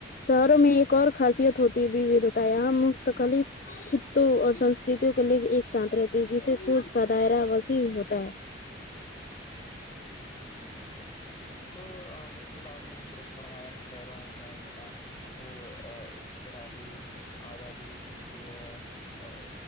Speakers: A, on the left; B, on the left.
A: شہروں میں ایک اور خاصیت ہوتی ہے ووھتا یہاں مستقل خطوں اور سنسکرتیوں کے لگ ایک ساتھ رہتے جسے سورج کا دائرہ وسیعح ہوتا ہے
B: جی جی بالکل تو بالکل آپ نے درست فرماع شہروں میں انسان کو ابترادی آزادی ملتی ہے اور